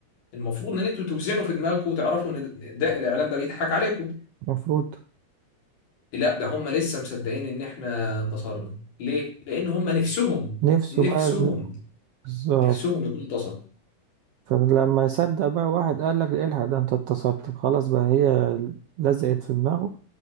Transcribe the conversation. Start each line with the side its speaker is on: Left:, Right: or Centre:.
Left: المفروض ان انتوا توزنوا في دماغكم وتعرفوا ان ده الاعلام ده بيضحك عليكم
Right: المفروض
Left: لا ده هم لسه مصدقين ان احنا انتصرنا ليه لان هم نفسهم
Right: نفسه
Left: نفسهم
Right: بقى ن- بالظبط
Left: نفسهم يكون انتصر
Right: فلما يصدق بقى واحد قال لك الحق ده انت انتصرت خلاص بقى هي لزقت في دماغه